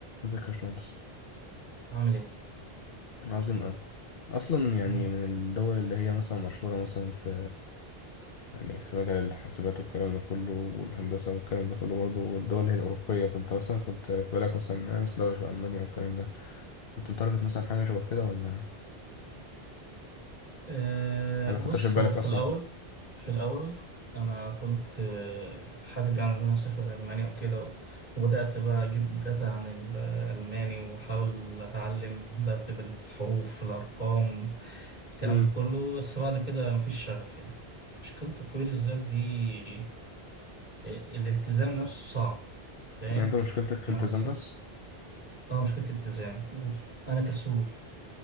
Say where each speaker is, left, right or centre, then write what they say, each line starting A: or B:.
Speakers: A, on the left; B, on the left.
A: ازيك يا باشمهندس
B: هعمل ايه
A: عظيم أوي أصلا يعني
B: آه.
A: من الدول اللي هي مثلا مشهورة مثلا في يعني في مجال الحاسبات والكلام ده كله والهندسة والكلام ده كله برضه الدول اللي هي الأوروبية فأنت مثلا كنت في بالك مثلا مثلا دولة شبه ألمانيا والكلام ده كنت متارجت مثلا حاجة شبه كده ولا
B: آه،
A: ولا
B: بص
A: خطرش في بالك
B: هو في
A: أصلا
B: الاول في الاول انا كنت آه، حابب يعني ان انا اسافر المانيا وكده و- وبدات بقى اجيب داتا عن الالماني واحاول اتعلم بدات بالحروف الارقام الكلام
A: امم
B: ده كله بس بعد كده مفيش شغف يعني مشكله تطوير الذات دي آه، الالتزام نفسه صعب فاهم
A: يعني أنت مشكلتك في
B: ناس
A: الالتزام بس
B: اه مشكله التزام انا كسول